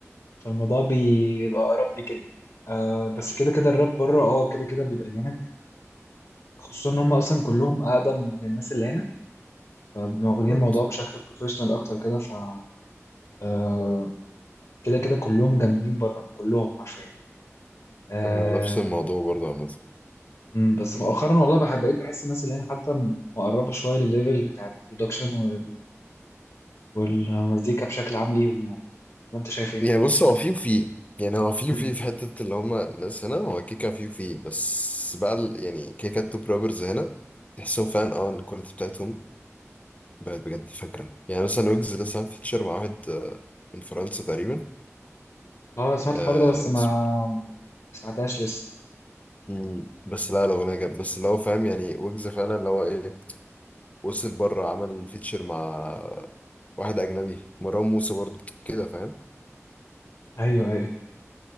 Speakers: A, on the left; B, on the left.
A: فالموضوع بي- بيبقى اقرب لي كده آه بس كده كده الراب بره اه كده كده بيبقى جامد خصوصا ان هم اصلا كلهم اقدم من الناس اللي هنا فواخدين
B: بالظبط
A: الموضوع بشكل بروفيشنال اكتر كده ف آه، كده كده كلهم جامدين بره كلهم حرفيا آه،
B: إحنا نفس الموضوع برضه عامة
A: مم، بس مؤخرا والله بحب بقيت بحس الناس اللي هنا حتى مقربه شويه للليفل بتاع البرودكشن وال... والمزيكا بشكل عام ليهم يعني وانت شايف ايه؟
B: يعني بص هو في وفي يعني هو في
A: مم.
B: وفي في حتة اللي هما الناس هنا هو كيكا في وفي بس بقى ال- يعني كيكا التوب رابرز هنا تحسهم فعلا اه إن الكواليتي بتاعتهم بقت بجد فاكرة يعني مثلا ويجز لسه عامل فيتشر مع واحد آه، من فرنسا تقريبا
A: اه انا سمعت
B: آه
A: الحوار ده بس ما
B: اسم-
A: ما سمعتهاش لسه
B: مم. بس لا لو انا جامد بس اللي هو فاهم يعني ويجز فعلا اللي هو ايه وصل بره عمل فيتشر مع واحد اجنبي مروان موسى برضه كده فاهم
A: ايوه ايوه